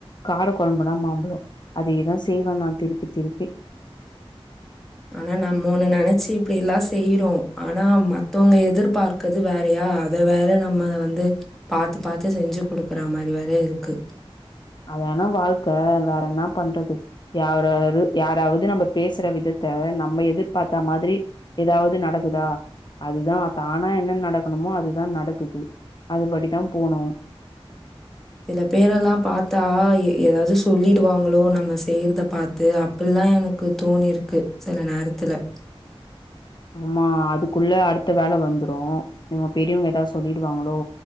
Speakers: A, on the left; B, in the centre.
A: கார கொழம்புனா மாம்பழோ அதேதா செய்வ நா திருப்பி திருப்பி
B: ஆனா நம்ம ஒன்னு நெனச்சி இப்டி எல்லா செய்றோ ஆனா மத்தவங்க எதிர்பார்க் கறது வேறயா அத வேற நம்ம வந்து பாத்து பாத்து செஞ்சி குடுக்குற மாரி வேற இருக்கு
A: அதனா வாழ்க்க வேற என்ன பண்றது யாராது யாராவது நம்ம பேசுற விதத்த நம்ம எதிர்பாத்த மாதிரி எதாவ்து நடக்குதா அதுதா தானா என்ன நடக்கணுமோ அதுதா நடக்குது அதுபடிதா போணு
B: சில பேரெல்லா பாத்தா எதாவ்து சொல்லிடுவாங்களோ நம்ம செய்யறத பாத் து அப்புல்லா எனக்கு தோணிருக்கு சில நேரத்துல
A: ஆமா அதுக்குள்ள அடுத்த வேல வந்துரு இவங்க பெரியவங்க எதா சொல்லிடுவாங்களோ